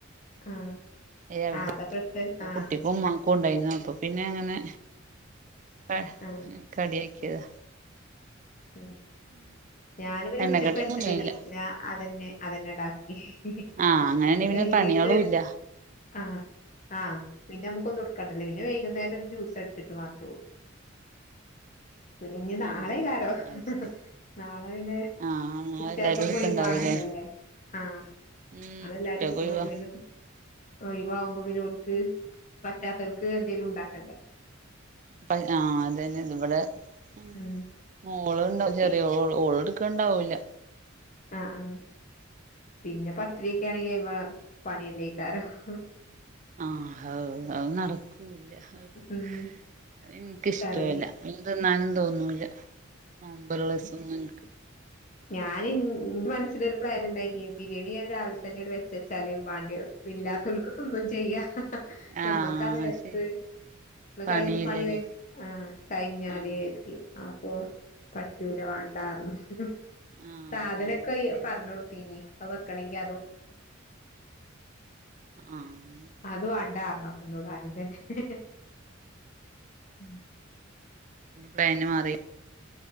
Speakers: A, on the left (about 40°); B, on the right (about 40°).
A: ആഹ്
B: രാവലെത്തെ
A: ആഹ് അതൊക്കെ എടുത്ത് ആഹ്
B: കുട്ടിക്കും മക്കുണ്ടായിരുന്നു.
A: ഉം
B: അപ്പൊ പിന്നെ. പിന്നെ അങ്ങനെ ക
A: ആഹ്
B: കടിയാക്കിയതാ.
A: ഉം ഞാനി പിന്നെ
B: എണ്ണക്കടിയൊന്നും
A: ഉച്ചക്ക് വെച്ചക്കഞ്ഞിയെന്നെക്ക്
B: ഉണ്ടായില്ല
A: അതന്നെ അതന്നെടാ... ഹ്.. ഹ്...
B: ആഹ് അങ്ങനെയാണെ
A: പിന്നെ വൈകിട്ട്
B: പണികളും ഇല്ല
A: ആഹ്... ആഹ് പിന്നെ നമ്മെക്കൊന്നും ഉടുക്കാണ്ടല്ല. പിന്നെ വൈകുന്നേരം ഒരു ജ്യൂസ് അടിച്ചിട്ട് മാത്രയൊള്ളൂ. പിന്നെഞ്ഞി നാളെയ്
B: ആഹ്
A: കാരോം.
B: അത് ശരി
A: നാളെ പിന്നെ.
B: ആഹ് നാളെ
A: കുട്ടി
B: എല്ലാരും
A: യാൾ ക്കോ ക്കെ
B: എടുക്കണ്ടാവൂല്ലേ
A: ഒയിവാണല്ലോ. ല്ലേ... ആഹ്.
B: ഉം
A: ഞളെല്ലാരും
B: കുട്ടികൾക്ക്
A: ഇഡ് ക്ക്
B: ഒഴിവാ
A: ണോണ്ട് പിന്നെ ഒഴിവാമ്പോ പിന്നെ ഓല് ക്ക് പ പറ്റാ തോൽക്ക് എന്തേലുണ്ടാക്കണ്ടേ.
B: അപ്പ ആ... അതന്നെ ഇതിവിടെ... അ
A: ഉം
B: മോളുണ്ടാവും ചെറിയോൾ
A: പിന്നെ
B: ഓള്. ഓള് എടുക്കൊണ്ടാവില്ല.
A: ആ ആഹ് പിന്നെ പത്തിരി ക്കെ ആണെങ്കി <unintelligible> പണിയല്ലേക്കാരം.. മ്മ്ഹ്
B: ആഹ് <unintelligible>
A: ഉം
B: ഇൻക്ക്ഇഷ്ട്ടാവൂല.
A: കറിയും
B: പിന്നെ തിന്നാനും തോന്നൂല. നമ്പെറൊള്ള സിം എന്ക്
A: ഞാൻ ഇന്റെ മനസ്സില് ഒരു പ്ലാനിണ്ടായിനി ബിരിയാണി ഞാൻ രാവിലെ തന്നെണ്ട് വെച്ചച്ചാല്. വാണ്ടിത് ഇല്ലാത്തൊല്ക്ക് ക്കൊന്നും ചെയ്യാ. ഹ്ഹ.. ഹ്..
B: ആഹ്
A: ഞമ്മക്കാ നേർത്ത്.
B: അത് ശരിയാ
A: ന്ന്
B: പണിയില്ലല്ലോ
A: കഴുകി പണിവേം ആ.. കഴിഞ്ഞാല്
B: ആഹ്
A: കര്തി.. ആ- അപ്പൊ പറ്റൂല വാണ്ടാറഞ്ഞു. മ്മ്ഹ്
B: ആഹ്
A: സാധനൊക്കെ
B: അത് ശരി
A: പറഞ്ഞു കൊടുത്തിനി. അത് വെക്കട്ടെ.....
B: ആഹ്
A: അ അപ്പ നോട് ആദ്യം തന്നെ. ഹ്ഹ്.. ഹ്ഹ്.. ഹ്ഹ്
B: പ്ലാന് മാറിയോ?